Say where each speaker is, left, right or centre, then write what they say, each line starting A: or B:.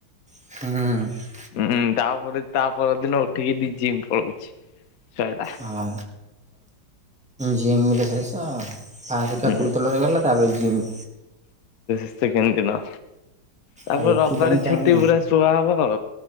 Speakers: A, in the centre; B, on the left (about 60°).
A: ହାଁ।
B: ହୁଁ ତାପ ତା ପର ଦିନ ଉଠିକି ଟିକେ ଜିମ୍ ପଳଉଛି ସଇଲା।
A: ହଁ ଜିମରେ ଫାଷ୍ଟ ତ ଫାଷ୍ଟ କାକୁଡ଼ି
B: ହୁଁ
A: ତୋଳାରେ ଗଲା ତାପରେ ଜିମ।
B: ସେକେଣ୍ଡ ଦିନ ତାପରେ
A: ଆଉ ଏଥିପାଇଁ
B: ରବିବାର
A: ଟାଇମ୍
B: ଛୁଟି ପୁରା ସୁଆ ହବ।